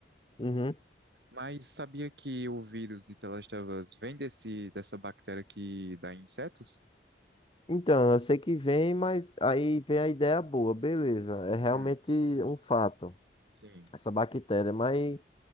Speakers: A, on the left; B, on the right.
A: Uhum.
B: Mas sabia que o vírus de Telechavas vem desse, dessa bactéria que dá em insetos?
A: Então, eu sei que vem, mas aí vem a ideia boa, beleza. É realmente
B: Hum,
A: um fato,
B: sim.
A: essa bactéria. Mas,